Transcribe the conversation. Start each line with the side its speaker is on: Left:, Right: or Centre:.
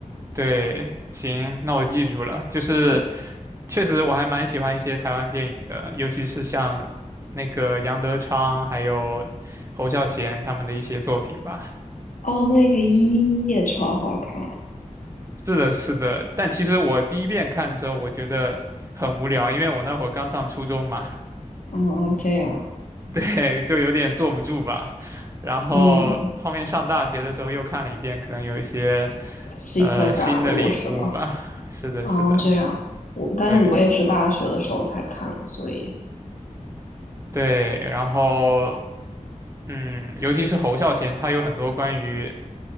Right: 对，行，那我记住了。就是
Left: 对，
Right: 确实我还蛮喜欢一些台湾电影的，尤其是像那个杨德昌还有侯孝贤他们的一些作品吧。
Left: 哦，那个一也超好看。
Right: 是的，是的。但其实我第一遍看的时候，我觉得很无聊，因为我那会儿刚上初中嘛，
Left: 嗯，这样，
Right: <laughs> 对，就有点坐不住吧。然后后面上大学的时候又看了一遍，
Left: 嗯，
Right: 可能有一些
Left: 新的感悟是吗？
Right: 呃新的领悟吧。是的，
Left: 哦，
Right: 是的，
Left: 这样，我，但我也是大学的时候才看的，
Right: 对
Left: 所以，
Right: 对。然后嗯，尤其是侯孝贤，他有很多关于